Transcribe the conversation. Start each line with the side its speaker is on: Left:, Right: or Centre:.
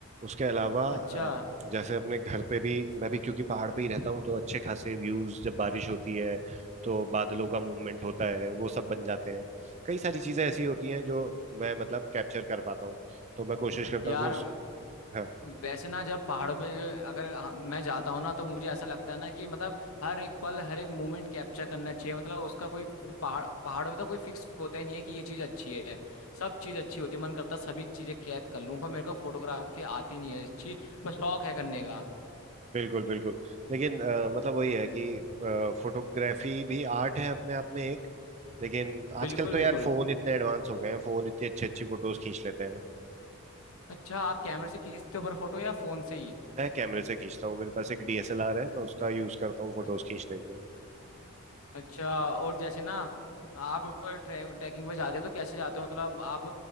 Right: उसके अलावा अ,
Left: अच्छा
Right: जैसे अपने घर पे भी मैं भी क्योंकि पहाड़ पे ही रहता हूँ तो अच्छे खासे व्यूज जब बारिश होती है तो बादलों का मूवमेंट होता है वो सब बन जाते हैं कई सारी चीजें ऐसी होती हैं जो मैं मतलब कैप्चर कर पाता हूँ तो मैं कोशिश करता
Left: यार
Right: हूँ कि उस हाँ
Left: वैसे ना जब पहाड़ों पे जो अगर हम- मैं जाता हूँ ना तो मुझे ऐसा लगता है ना कि मतलब हर एक पल हर एक मोमेंट कैप्चर करना चाहिए मतलब उसका कोई फि- पहाड़ पहाड़ों पे तो कोई फिक्स होता ही नहीं है कि ये चीज़ अच्छी है सब चीज़ अच्छी होती है मन करता है सभी चीज़ें कैद कर लूँ पर मेरे को फोटोग्राफी आती नहीं है अच्छी पर शौक है करने का
Right: बिल्कुल बिल्कुल लेकिन अ, मतलब वही है कि फोटोग्राफी भी आर्ट है अपने आप में एक लेकिन
Left: बिल्कुल
Right: आजकल
Left: बिल्कुल
Right: तो यार फोन इतने एडवांस हो गए हैं फोन इतनी अच्छी अच्छी फोटोज खींच लेते हैं
Left: अच्छा आप कैमरे से खींचते हो पर फोटो या फ़ोन से ही
Right: मैं कैमरे से खींचता हूँ मेरे पास एक डीएसएलआर है मैं उसका यूज करता हूँ फोटोज
Left: अ-
Right: खींचने के लिए
Left: अच्छा और जैसे ना आप ट्रे- ट्रैकिंग पे जाते हो तो कैसे जाते हो मतलब आप